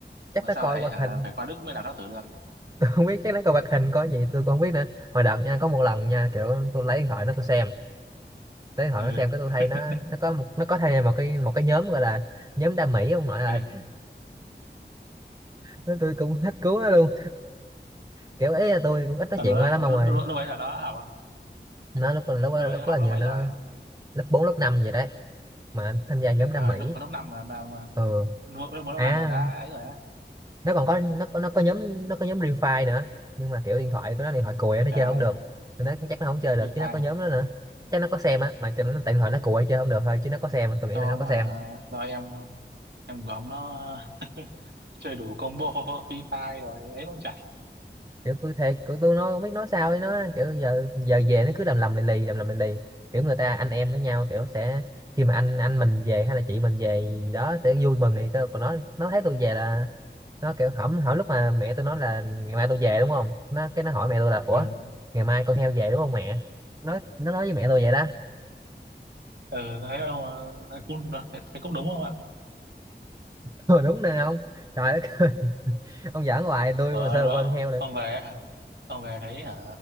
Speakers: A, on the right; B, on the right.
A: chắc
B: mà
A: nó
B: sao
A: coi
B: lại
A: hoạt
B: hả
A: hình
B: phải qua Đức mới làm lãng tử được
A: <laughs> tôi không biết chắc nó coi hoạt hình coi gì tôi cũng không biết nữa hồi đợt nha có một lần nha kiểu tôi lấy điện thoại nó tôi xem lấy điện thoại
B: ừ.
A: nó xem cái tôi thấy
B: <laughs>
A: nó nó có một nó có thay một cái một cái nhóm gọi là nhóm đam mỹ ông nội ơi
B: ừ.
A: Nói tôi cũng hết cứu nó luôn kiểu ấy là tôi cũng ít nói
B: Còn
A: chuyện
B: nó,
A: với nó lắm
B: lúc,
A: ông ơi
B: lúc, lúc ấy là nó học
A: nó lúc lúc lúc,
B: lúc ấy
A: lúc
B: nó học
A: là
B: lớp
A: như
B: mấy
A: nó
B: rồi
A: lớp 4 lớp 5 vậy đấy mà tham gia nhóm
B: trời ơi
A: đam mỹ
B: lúc lớp năm mà mà mà-
A: ừ
B: lúc lúc lớp
A: à
B: năm mà đã ấy rồi á
A: nó còn có nó có nó có nhóm nó có nhóm Free Fire nữa nhưng mà kiểu điện thoại của nó điện thoại cùi á, nó
B: trời
A: chơi không
B: ơi
A: được nên nó chắc nó không chơi được
B: phi
A: chứ
B: phai
A: nó có nhóm đó nữa chắc nó có xem á mà cho nó tại điện thoại nó cùi chơi không được thôi chứ nó có xem á. tôi
B: cho
A: nghĩ là
B: ông
A: nó có
B: hả
A: xem
B: do em em của ông nó <laughs> chơi đủ combo phi phai rồi ấy luôn trời
A: kiểu tôi thề kiểu tôi nó không biết nói sao ấy nó kiểu giờ giờ về nó cứ lầm lầm lì lì lầm lầm lì lì kiểu người ta anh em với nhau kiểu sẽ khi mà anh anh mình về hay là chị mình về gì đó sẽ vui mừng thì cơ còn nó nó thấy tôi về là nó kiểu hổng hỏi lúc mà mẹ tôi nói là ngày mai tôi về đúng không nó cái nó hỏi mẹ tôi là ủa
B: ừ.
A: ngày mai con heo về đúng không mẹ nó nó nói với mẹ tôi vậy đó
B: ừ thấy không ờ, cũng thấy, thấy cũng đúng không ạ
A: <laughs> ừ, đúng nè ông trời đất ơi <laughs> ông giỡn hoài tôi
B: Ủa,
A: mà sao được coi con heo được
B: ông về hả ông về thấy hả